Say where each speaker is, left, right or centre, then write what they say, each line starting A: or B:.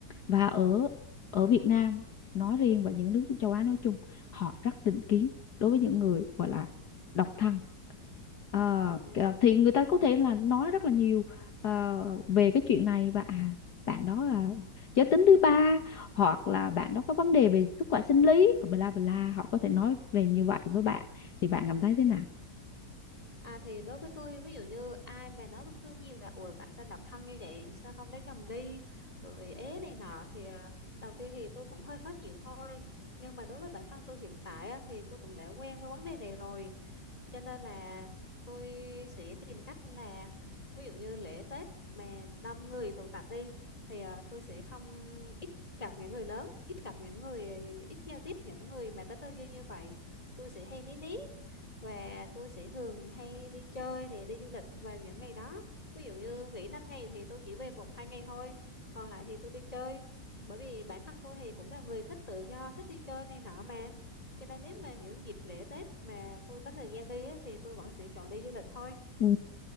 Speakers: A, on the left; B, on the left.
A: và ở ở Việt Nam nói riêng và những nước châu Á nói chung họ rất định kiến đối với những người gọi là độc thân Ờ,
B: ừ.
A: kìa, thì người ta có thể là nói rất là nhiều ờ, về cái chuyện này và à bạn đó là giới tính thứ ba hoặc là bạn đó có vấn đề về sức khỏe sinh lý bla bla họ có thể nói về như vậy với bạn thì bạn cảm thấy thế nào
B: À thì đối với tôi ví dụ như ai mà nói với tôi nhiều là ủa tại sao độc thân như vậy sao không lấy chồng đi rồi ế này nọ thì à, đầu tiên thì tôi cũng hơi khó chịu thôi nhưng mà đối với bản thân tôi hiện tại á, thì tôi cũng đã quen với vấn đề này rồi cho nên là tôi sẽ tìm cách là ví dụ như lễ Tết mà đông người tụ tập đi thì à, tôi sẽ không ít gặp những người lớn ít gặp những người ít giao tiếp những người mà có tư duy như vậy tôi sẽ hay ní ní và tôi sẽ thường hay đi chơi nè đi du lịch vào những ngày đó ví dụ như nghỉ 5 ngày thì tôi chỉ về một hai ngày thôi còn lại thì tôi đi chơi bởi vì bản thân tôi thì cũng là người thích tự do thích đi chơi này nọ mà cho nên nếu mà những dịp lễ Tết mà tôi có thời gian đi á, thì tôi vẫn sẽ chọn đi du lịch thôi
A: Ừ.